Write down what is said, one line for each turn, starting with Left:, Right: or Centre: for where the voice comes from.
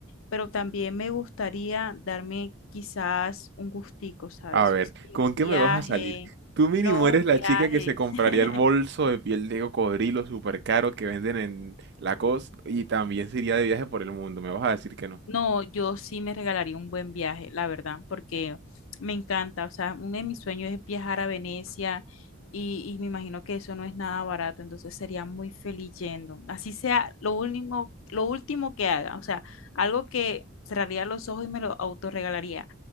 Left: pero también me gustaría darme quizás un gustico, ¿sabes?
Right: A ver,
Left: O sea,
Right: ¿con
Left: Un
Right: qué
Left: viaje,
Right: me vas a salir? Tú mínimo
Left: no
Right: eres
Left: un
Right: la
Left: viaje.
Right: chica que se compraría
Left: <laughs>
Right: el bolso de piel de cocodrilo súper caro que venden en Lacoste y también se iría de viaje por el mundo. Me vas a decir que no.
Left: No, yo sí me regalaría un buen viaje, la verdad, porque me encanta. O sea, uno de mis sueños es viajar a Venecia y, y me imagino que eso no es nada barato, entonces sería muy feliz yendo. Así sea lo último, lo último que haga, o sea, algo que cerraría los ojos y me lo autorregalaría.